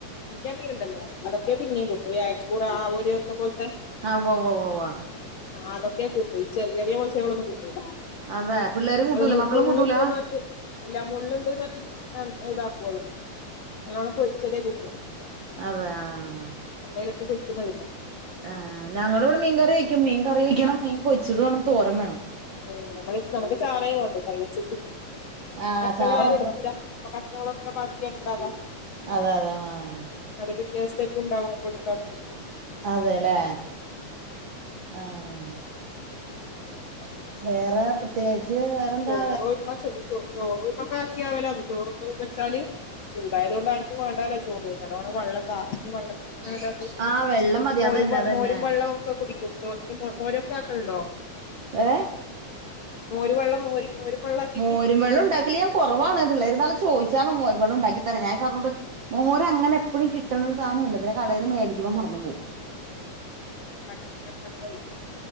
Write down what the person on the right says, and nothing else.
ആഹ് ഉവ്വ് വ്വ് വ്വ
അതെ പിള്ളേരും കൂട്ടൂല
മക്കളും
കൂട്ടൂല
അതെയ് ആഹ്
ആഹ് ഞങ്ങൾ ഇവിടെ മീൻ കറി വെക്കും മീൻ കറി വെയ്ക്കണം മീൻ പൊരിച്ചത് വേണം തോരം വേണം
ആഹ്
അച്ചാറ്
മാത്രം
അത അതാ ആഹ്
അതെല്ലേ ആഹ്
വേറെ പ്രത്യേകിച്ച് വേറെ വേറെന്താ
ആഹ് വെള്ളം മതി
അതന്നെ
അതന്നെ
ഏഹ്
മോരും വെള്ളം ഉണ്ടാക്കല് ഞാൻ കുറവാണ് പിള്ളേരിന്നാള് ചോദിച്ചാണ് മോരും വെള്ളം ഉണ്ടാക്കി തരാൻ ഞാൻ പറഞ്ഞോണ്ട് മോര അങ്ങനെ എപ്പോഴും കിട്ടണ ഒരു സാധന ഇല്ല പിന്നെ കടയിൽന്ന് മേടിക്കുമ്പോ മറന്നു പോവും